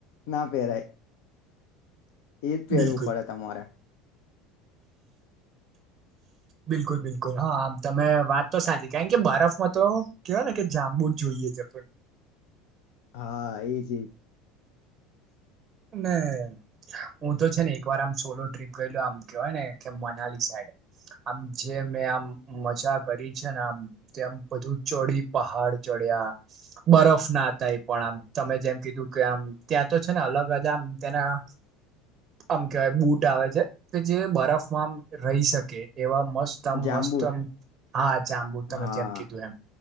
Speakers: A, on the left; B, on the right.
A: ના પહેરાય. એજ પહેરવું
B: બિલકુલ
A: પડે તમારે.
B: બિલકુલ બિલકુલ હા આમ તમે વાત તો સાચી કારણ કે બરફમાં તો કેવાય ને કે જાંબુ જ જોઈએ છે પણ.
A: હા, એ જે
B: ને એમ. હું તો છે ને એક વાર આમ સોલો ટ્રીપ ગયે આમ કેવાય ને કે મનાલી સાઈડે આમ જે મેં આમ મજા કરી છે ને આમ તેમ બધું ચડી પહાડ ચડ્યા બરફ ના હતા એ પણ આમ તમે જેમ કીધું કે આમ ત્યાં તો છે ને અલગ અગ જે આમ તેના આમ કેહેવાય બુટ આવે છે કે જે બરફમાં રહી શકે એવા મસ્ત દા
A: જાંબુ
B: મસ્ત આમ હા જાંબુ તમે
A: હા
B: જેમ કીધું એમ.